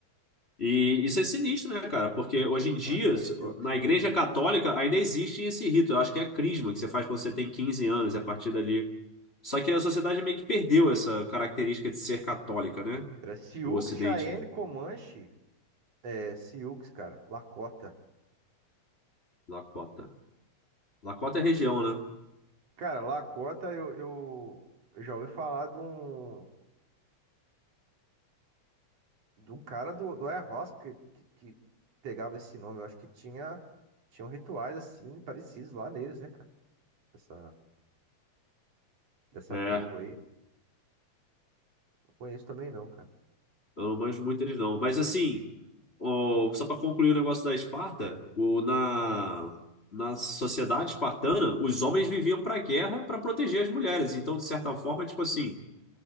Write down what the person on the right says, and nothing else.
Não, acho que não
é Sioux,
não.
Era Sioux,
Cheyenne, Comanche. É Sioux, cara. Lakota.
Cara, Lakota, eu, eu, eu já ouvi falar de um, de um cara do, do Air House que, que, que pegava esse nome. Eu acho que tinha, tinham rituais assim parecidos lá neles, né, cara? Dessa, dessa
tribo aí. Não conheço também não, cara.